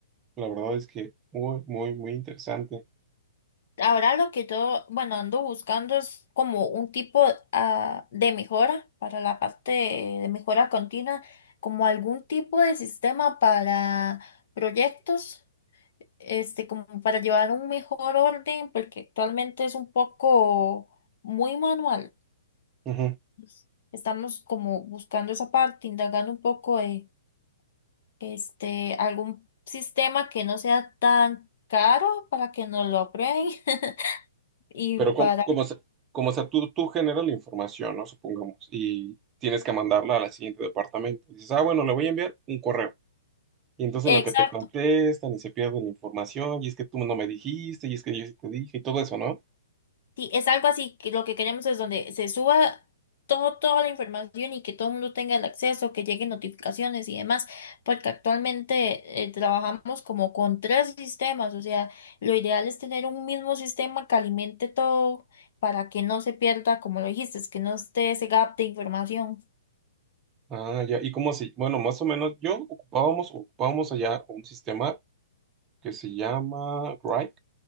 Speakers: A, on the right; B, on the left.
A: la verdad es que muy, muy, muy interesante.
B: Ahora lo que yo, bueno, ando buscando es como un tipo ah, de mejora para la parte de mejora continua, como algún tipo de sistema para proyectos este, como para llevar un mejor orden, porque actualmente es un poco muy manual.
A: Ujú.
B: Pues, Estamos como buscando esa parte, indagando un poco de este, algún sistema que no sea tan caro para que nos lo aprueben <laughs> y
A: Pero
B: para...
A: como, como, se- como sea, tú, tú generas la información, ¿no? Supongamos, y tienes que mandarla al siguiente departamento. Dices, ah, bueno, le voy a enviar un correo. Y entonces
B: Exacto.
A: lo que te contestan y se pierden la información, y es que tú no me dijiste, y es que yo sí te dije, y todo eso, ¿no?
B: Sí, es algo así que lo que queremos es donde se suba todo, toda la información y que todo el mundo tenga el acceso, que lleguen notificaciones y demás, porque actualmente eh, trabajamos como con tres sistemas, o sea, lo ideal es tener un mismo sistema que alimente todo para que no se pierda, como lo dijiste, es que no esté ese gap de información.
A: Ah, ya, y como si, bueno, más o menos yo ocupábamos, ocupábamos allá un sistema que se llama Grok.